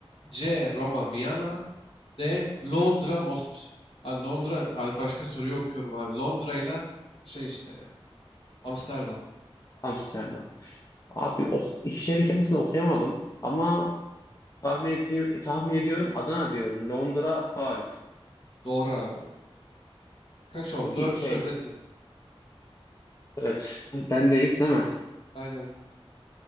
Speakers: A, on the left; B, on the left.
A: C. Roma, Viyana. D. Londra, Mos... Ha, Londra, ha, başka soruyu okuyorum abi. Londra ile şey işte ya. Amsterdam.
B: Amsterdam. Abi o iki şehrin kendisini okuyamadım ama tahmin ettiğim tahmin ediyorum Adana diyorum. Londra, Paris.
A: Doğru abi. Kaç oldu?
B: Çünkü
A: dört
B: şey
A: üç öndesin.
B: evet bendeyiz değil mi?
A: Aynen,